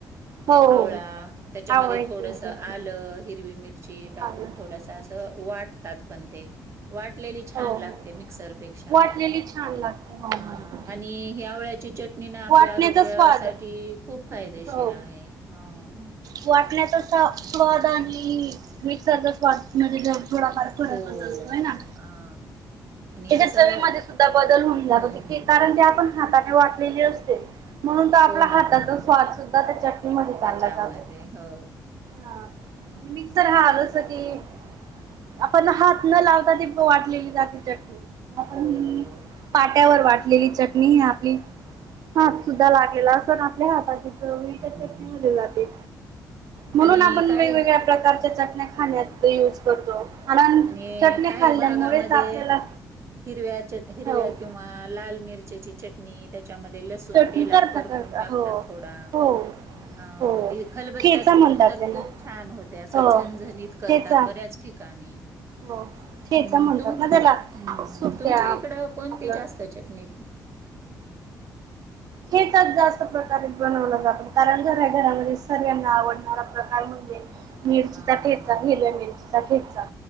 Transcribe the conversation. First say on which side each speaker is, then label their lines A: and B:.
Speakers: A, on the right (about 55°); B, on the right (about 40°).
A: हो हो
B: आवळा, त्याच्यामध्ये
A: आवळ्याची
B: थोडस
A: चटणी
B: आलं हिरवी मिरची टाकून
A: आलं
B: थोडसं
A: अच्छा
B: असं वाटतात पन ते, वाटले छान
A: हो हो.
B: लागते, मिक्सरपेक्षा,
A: वाटलेली छान लागते हो बरोबर.
B: हा आणि आवळ्याची चट चटणी ना आपल्या
A: वाटण्याचा
B: आरोग्यासाठी
A: स्वाद
B: खूप फायदेशीर
A: हो.
B: आहे. हा.
A: वाटण्याचा स्वाद आणि मिक्सरचा स्वाद ममध्ये थोडाफार फरक
B: हो
A: जाणवतो च ना.
B: हा आणि
A: त्याच्या
B: कसं
A: चवीमध्ये सुद्धा बदल होऊन जातो,
B: हम्म
A: कारण ते आपण हाताने वाटत म्हणून आपल्या
B: हो ना
A: हाताचा स्वाद सुद्धा त्याच्या चालला
B: त्याच्यामध्ये
A: जातो,
B: हो
A: आणि मिक्सर हा आ जस की आपण हात न लावता ते वाटलेली जातेऽ ण
B: हो
A: पाट्यावर वाटलेली चटणी हि आपली हात
B: हो.
A: सुद्धा लागेला असण आपल्या हाताची चव ही
B: हा.
A: त्याच्यात <unintelligible> जाते. म्हणून
B: आणि
A: आपण
B: काही
A: वेगवेगळ्या प्रकारच्या चटण्या
B: हो
A: खाण्यात यूज करतो. कारण
B: आणि
A: चटण्या
B: काही
A: खाल्ल्यामुळेच
B: भागामध्ये
A: आपल्याला
B: हिरव्या, हिरव्या
A: हो
B: किंवा लाल मिरच्याची चटणी त्या त्याच्यामध्ये लसूण
A: चटणी
B: तेलात
A: करता
B: परतून
A: करता
B: टाकतात
A: हो
B: थोडा.
A: हो
B: अ
A: हो
B: खलबत्त्यात
A: ठेचा
B: कुठून
A: म्हणतात
B: तर
A: त्यांना
B: खूप छान होते,, असं
A: हो
B: झनझणीत करतात
A: ठेचा
B: बऱ्याच ठिकाणीऽ आम्
A: हो ठेचा म्हणतात
B: तुमच
A: ना
B: आम्
A: त्याला सुक्या
B: तुमच्या इकड कोणती
A: आपलं
B: जास्त चटणी?
A: ठेचाच जास्त प्रकारे बनवला जातो. कारण घरात, घरामध्ये सगळ्यांना आवडणारा प्रकार म्हणजे मिरचीचा
B: अ
A: ठेचा, हिरव्या मिरची चा ठेचा.